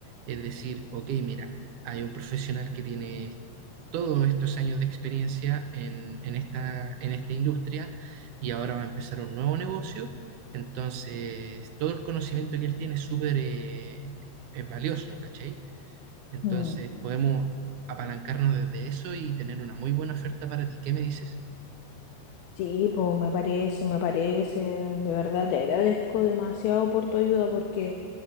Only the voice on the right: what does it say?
es decir, ok, mira, hay un profesional que tiene todos estos años de experiencia en, en esta, en esta industria y ahora va a empezar un nuevo negocio, entonces todo el conocimiento que él tiene es súper... eh, es valioso, ¿cachai? Entonces,
podemos apalancarnos desde eso y tener una muy buena oferta para ti. ¿Qué me dices?